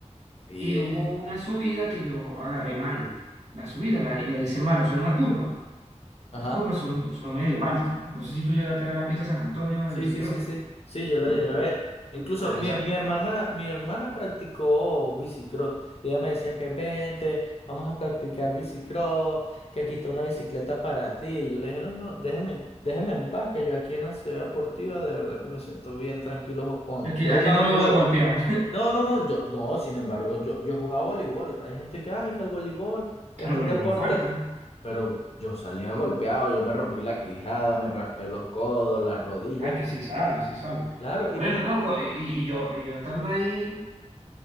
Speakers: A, on the left (about 55°); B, on the right (about 75°).
A: Bien.
B: Y hubo una subida que yo agarré mal. La subida la, la hice mal, o sea, una curva.
A: Ajá.
B: Las curvas son, son medio altas. No sé si tú llegaste a ver la pista de San Antonio
A: Sí,
B: de bicicross.
A: sí, sí, sí. Sí, yo la
B: Bueno,
A: llegué a
B: la...
A: ver. Incluso
B: Ajá,
A: mi,
B: esa...
A: mi hermana, mi hermana practicó bicicross. Y ella me decía que vente, vamos a practicar bicicross, que aquí está una bicicleta para ti. Y yo le dije, no, no, déjeme, déjeme en paz, que yo aquí en la ciudad deportiva de verdad que me siento bien tranquilo. Con...
B: Aquí,
A: Yo
B: aquí
A: jugaba
B: no
A: voleibol.
B: me voy a golpear. <laughs>
A: No, no, no, yo, no, sin embargo, yo, yo jugaba voleibol. Hay gente que, ay, que el voleibol es
B: Al
A: un
B: voleibol
A: deporte,
B: es fuerte.
A: pero yo salía golpeado, yo me rompí la quijada, me raspé los codos, las rodillas.
B: Ay, que sí sale, sí sale.
A: Claro, y,
B: Bueno,
A: pi-
B: loco,
A: y
B: y, y yo, y yo estando ahí